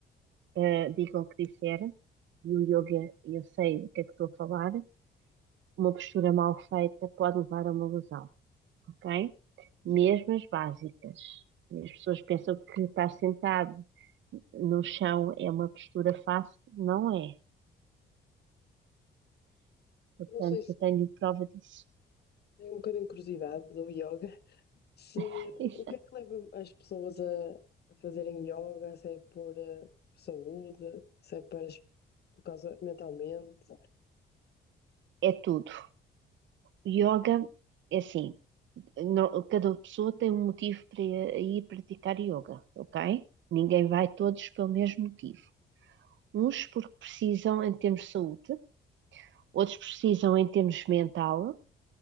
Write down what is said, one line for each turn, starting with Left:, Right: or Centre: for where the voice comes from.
Right: eh, diga o que disser, e o yoga, eu sei o que é que estou a falar, uma postura mal feita pode levar a uma lesão, ok?
Left: Sim.
Right: Mesmo as básicas. E As pessoas pensam que estar sentado no chão é uma postura fácil, não é. Portanto,
Left: Não sei se
Right: eu tenho prova disso.
Left: tem um bocadinho de curiosidade do yoga. Se,
Right: <laughs>
Left: o que é que leva as pessoas a, a fazerem yoga? Se é por, eh, por saúde, se é para, es- por causa mentalmente.
Right: É tudo. Yoga é assim, não- cada pessoa tem um motivo para ir praticar yoga, ok? Ninguém vai todos pelo mesmo motivo. Uns porque precisam em termos de saúde, outros precisam em termos mental